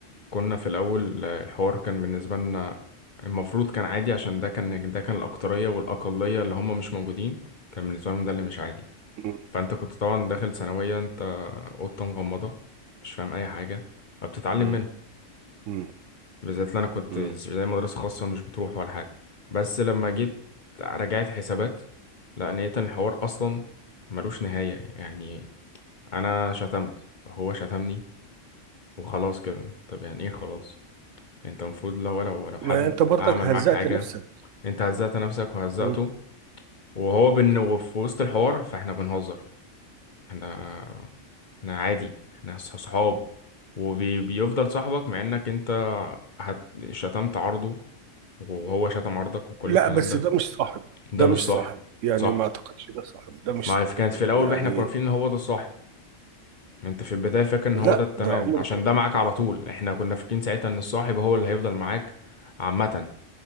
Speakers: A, on the left; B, on the right.
A: كنا في الأول آه، الحوار كان بالنسبة لنا المفروض كان عادي عشان ده كان ده كان الأكترية والأقلية اللي هم مش موجودين كان بالنسبة لهم ده اللي مش عادي
B: مم.
A: فانت كنت طبعا داخل ثانوية انت قطة مغمضة مش فاهم اي حاجة فبتتعلم
B: مم.
A: منهم
B: مم.
A: بالذات اللي انا كنت
B: مم.
A: زي مدرسة خاصة مش بتروح ولا حاجة بس لما جيت رجعت حسابات لا، لقيت ان الحوار اصلا ملوش نهاية يعني انا شتمت فهو شتمني وخلاص كده طب يعني ايه خلاص انت المفروض لو لو لو حد
B: ما انت برضك
A: عمل
B: هزأت
A: معاك حاجة
B: نفسك
A: انت هزأت نفسك وهزأته
B: مم.
A: وهو بن وفي وسط الحوار فاحنا بنهزر احنا احنا عادي احنا ص- صحاب وبيفضل صاحبك مع انك انت هت... شتمت عرضه وهو شتم عرضك وكل
B: لا
A: الكلام
B: بس
A: ده
B: ده مش صاحب
A: ده
B: ده
A: مش
B: مش
A: صاحب
B: صاحب يعني
A: صح
B: ما اعتقدش ده صاحب ده مش
A: ما
B: صاحب
A: في- كانت في
B: لا.
A: الاول
B: يعني
A: بقى احنا كنا فاكرين ان هو ده الصاحب انت في البداية فاكر ان
B: لا
A: هو ده التمام
B: ده عمره
A: عشان
B: ما يكون
A: ده معاك
B: صاحب
A: على طول احنا كنا فاكرين ساعتها ان الصاحب هو اللي هيفضل معاك عامة